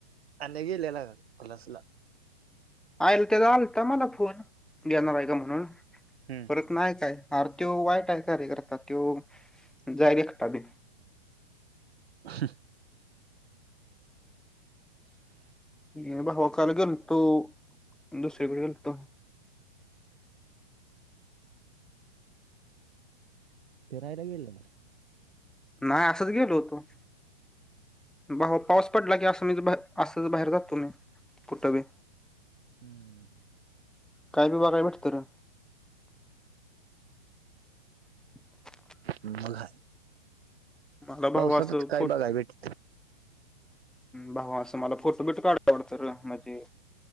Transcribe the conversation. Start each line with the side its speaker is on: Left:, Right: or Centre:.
Right: आन्या गेलेला का क्लासला?
Centre: आयल त्याला आलता मला फोन घेणार आहे का म्हणून
Right: हम्म.
Centre: परत नाही काय अरे त्यो वाईट आहे कार्य करतात क्यो जाय रे एकटा बी.
Right: ह
Centre: नी हो बा काल गेलतो दुसरीकडे गेलतो.
Right: ते राहायला गेलेला.
Centre: नाही असच गेलो होतो. भाव पाऊस पडला की असं मीच बाहे असच बाहेर जातो मी. कुठं बी
Right: हम्म.
Centre: काय बि बगाया भेटत रे. <inaudible>
Right: मला
Centre: मला
Right: पावसातच,
Centre: भावा असं
Right: काय
Centre: फोट
Right: बघाय भेट
Centre: भावा असं मला फोटो बिट काढतो वाटतं रे, म्हणजे